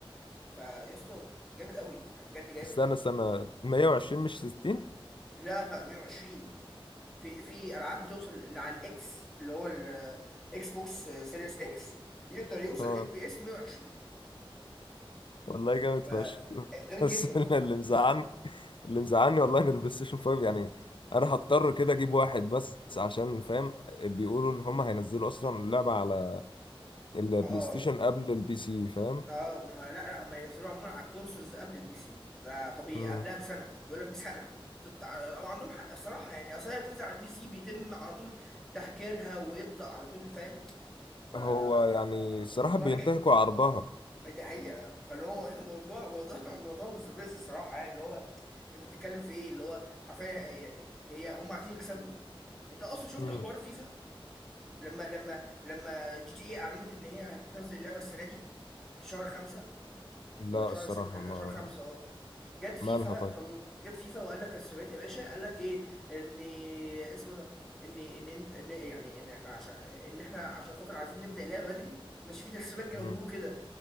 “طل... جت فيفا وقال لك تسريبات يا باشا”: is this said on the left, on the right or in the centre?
Centre